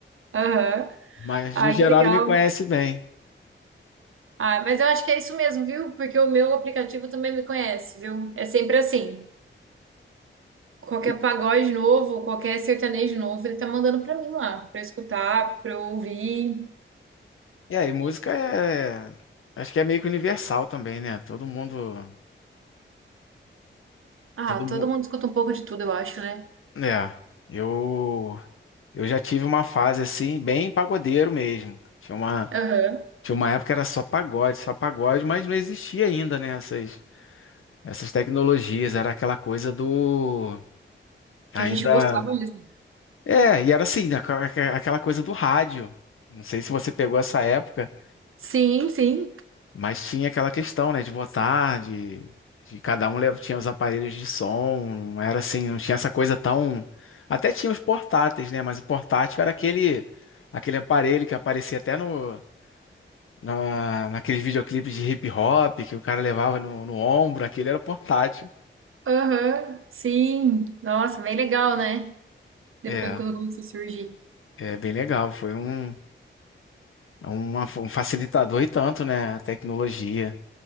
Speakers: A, on the right; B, on the left.
A: Aham.
B: Mas
A: Ai,
B: no geral
A: que legal.
B: ele me conhece bem.
A: Ai, mas eu acho que é isso mesmo, viu? Porque o meu aplicativo também me conhece, viu? É sempre assim. Qualquer
B: E
A: pagode novo, qualquer sertanejo novo, ele tá mandando pra mim lá, pra eu escutar, pra eu ouvir.
B: e aí, música é. Acho que é meio que universal também, né? Todo mundo.
A: Ah,
B: Todo
A: todo
B: mundo.
A: mundo escuta um pouco de tudo, eu acho, né?
B: É. Eu. Eu já tive uma fase assim, bem pagodeiro mesmo. Tinha uma,
A: Aham.
B: tinha uma época que era só pagode, só pagode, mas não existia ainda, né? Essas, essas tecnologias. Era aquela coisa do. Ainda.
A: Que a gente gostava mesmo.
B: É, e era assim, aqua- aqua- aquela coisa do rádio. Não sei se você pegou essa época.
A: Sim, sim.
B: Mas tinha aquela questão, né, de botar, de, de cada um lev- tinha os aparelhos de som, não era assim, não tinha essa coisa tão. Até tinha os portáteis, né, mas o portátil era aquele, aquele aparelho que aparecia até no, na, naqueles videoclipes de hip hop que o cara levava no, no ombro, aquele era o portátil.
A: Aham, sim. Nossa, bem legal, né? Depois
B: É,
A: quando começou a surgir.
B: é bem legal, foi um, uma- um facilitador e tanto, né, a tecnologia.